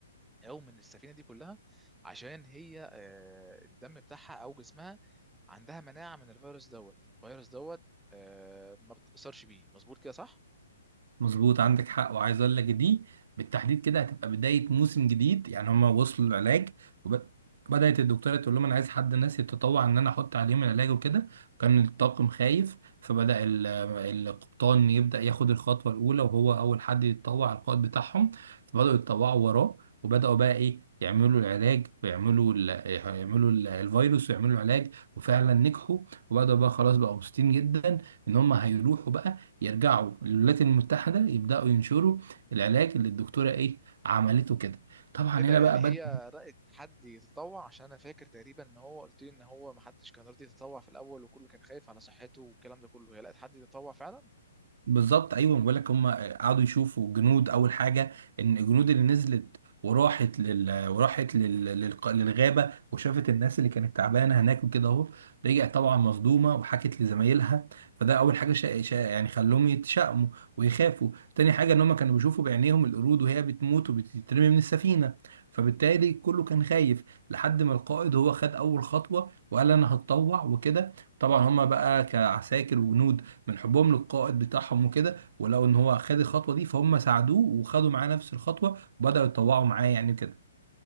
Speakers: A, in the centre; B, on the right.
A: او من السفينه دي كلها عشان هي آه، الدم بتاعها او جسمها عندها مناعه من الفيروس دوت الفيروس دوت آه، ما بتاثرش بيه مظبوط كده صح
B: مظبوط عندك حق وعايز اقول لك دي بالتحديد كده هتبقى بدايه موسم جديد يعني هما وصلوا للعلاج وبدات الدكتوره تقول لهم انا عايز حد ناس يتطوع ان انا احط عليهم العلاج وكده كان الطاقم خايف فبدا ال- القبطان يبدا ياخد الخطوه الاولى وهو اول حد يتطوع على القائد بتاعهم فبداوا يتطوعوا وراه وبداوا بقى ايه يعملوا العلاج ويعملوا ال يعملوا ال- الفيروس ويعملوا العلاج وفعلا نجحوا وبداوا بقى خلاص بقوا مبسوطين جدا ان هم هيروحوا بقى يرجعوا للولايات المتحدة يبدأوا ينشروا العلاج اللي الدكتورة ايه عملته كده طبعا
A: ايه
B: هنا
A: ده يعني
B: بقى بدأ
A: هي رأت حد يتطوع عشان انا فاكر تقريبا ان هو قلت لي ان هو ما حدش كان راضي يتطوع في الاول وكله كان خايف على صحته والكلام ده كله هي لقت حد يتطوع فعلا
B: بالظبط ايوه بقول لك هم قعدوا يشوفوا جنود اول حاجه ان الجنود اللي نزلت وراحت لل... وراحت لل... للق- للغابه وشافت الناس اللي كانت تعبانه هناك وكده اهو رجعت طبعا مصدومه وحكت لزمايلها فده اول حاجه شا... شا... يعني خلوهم يتشائموا ويخافوا تاني حاجه ان هم كانوا بيشوفوا بعينيهم القرود وهي بتموت وبتترمي من السفينه فبالتالي كله كان خايف لحد ما القائد هو خد اول خطوه وقال انا هتطوع وكده طبعا هم بقى كعساكر وجنود من حبهم للقائد بتاعهم وكده ولقوا ان هو خد الخطوه دي فهم ساعدوه وخدوا معاه نفس الخطوه وبداوا يتطوعوا معاه يعني كده